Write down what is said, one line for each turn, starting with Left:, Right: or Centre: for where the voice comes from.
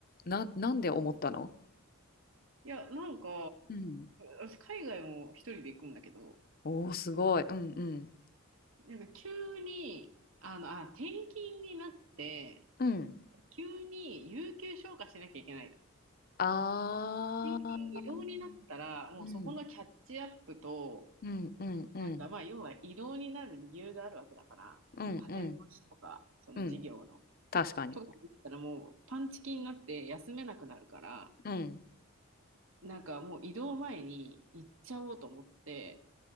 Left: な、なんで思ったの
Right: いや、なんか、
Left: うん。
Right: 私海外も一人で行くんだけど、
Left: おお、すごい。うんうん。
Right: なんか急に、あの、あ、転勤になって、
Left: うん。
Right: 急に有給消化しなきゃいけない。
Left: ああ、
Right: 緊急移動になったら、
Left: うん、
Right: もうそこのキャッチアップと、
Left: うん、うん、うん、
Right: なんかまあ、要は移動になる理由があるわけだから、
Left: うん、
Right: その立て直しとか、
Left: うん、
Right: その事業の。
Left: うん、確かに。
Right: とかだったらもうパンチキになって休めなくなるから、
Left: うん。
Right: なんかもう移動前に行っちゃおうと思って、